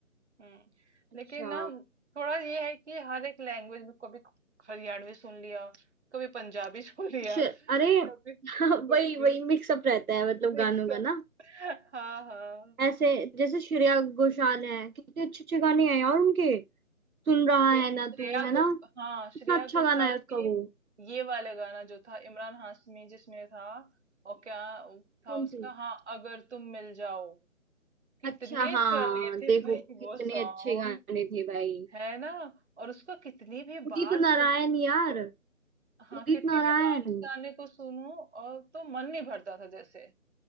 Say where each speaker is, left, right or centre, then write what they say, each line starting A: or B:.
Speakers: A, on the right (about 55°); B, on the right (about 85°).
A: हम्म
B: अच्छा
A: लेकिन ना थोड़ा ये है कि हर एक लैंग्वेज में कभी हरियाणवी सुन लिया कभी पंजाबी <laughs> सुन लिया
B: शे- अरे
A: कभी
B: <laughs>
A: कुछ
B: वही
A: भी
B: वही मिक्सअप रहता है मतलब
A: देख
B: गानों
A: सक
B: का ना
A: हाँ हाँ
B: ऐसे जैसे श्रेया घोषाल है कितने अच्छे अच्छे गाने हैं यार उनके सुन
A: अच्छा
B: रहा
A: श्रे,
B: है ना
A: श्रेया
B: तू है
A: गो
B: ना
A: हाँ श्रेया
B: कितना अच्छा
A: घोषाल
B: गाना है उसका
A: के
B: वो
A: ये वाले गाना जो था इमरान हाशमी जिसमें था और क्या था
B: कौन
A: उसका
B: सी
A: हाँ अगर तुम मिल जाओ कितने
B: अच्छा हाँ
A: चले थे
B: देखो
A: भाई
B: कितने
A: वो सॉन्ग
B: अच्छे गाने थे भाई
A: है ना और उसको कितनी भी
B: उदित
A: बार
B: नारायण
A: सुनो
B: यार
A: हाँ
B: उदित
A: कितनी
B: नारायण
A: भी बार उस गाने को सुनो और तो मन नहीं भरता था जैसे